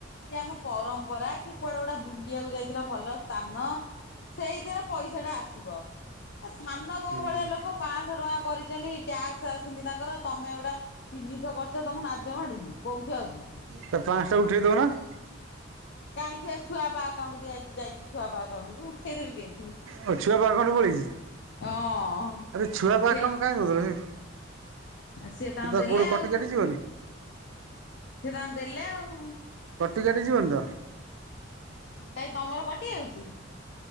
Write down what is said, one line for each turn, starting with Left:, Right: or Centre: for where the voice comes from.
Left: କି ଆମ ପରମ୍ପରା କି କୁଆଡା ଗୋଡେ ବୁଲିବାକୁ ଯାଇଥିଲ ଭଲ ସ୍ଥାନ। ସେଇଥିରେ ପଇସା ଟା ଆସିବ ଏ ସାନ ବୋଉ
Right: ହୁଁ
Left: ଭଳିଆ ଲୋକ ପାଆଁଶହ ଟଙ୍କା କରିଚନି। ଟ୍ୟାକ୍ସ ଆସିନି ତାଙ୍କର ତମେ ଗୋଟା ତିନିଶ କରି ଚ ତମକୁ ନାଜ ମାଡୁନି କହୁଚ ଆହୁରି।
Right: ତା ପାଆଁଶଟା ଉଠେଇ ଦଉ ନ।
Left: କାଇଁ ସେ ଛୁଆପା ଆକାଉଣ୍ଟ ଦିଆହେଇଚି ଯାଇଚି ଛୁଆପା ଆକାଉଣ୍ଟକୁ ଉେଇଦେବି କେମିତି।
Right: ଓ ଛୁଆପା ଆକାଉଣ୍ଟ ପଳେଇଚି
Left: ହଁ
Right: ଆରେ ଛୁଆପା
Left: ସେ
Right: ଆକାଉଣ୍ଟ କାଇଁ ଦଉଥଲ <unintelligible> ସେ
Left: ସିଏ ତାଙ୍କୁ
Right: ତ
Left: ଦେଲେ
Right: କୋଉଠି
Left: ଆଉ
Right: କଟି କାଟି ଯିବନି।
Left: ସିଏ ତାଙ୍କ ଦେଲେ ଆଉ।
Right: କଟି କାଟି ଯିବନି ତ
Left: କାଇଁ ତମର କଟି ଯାଉଚି।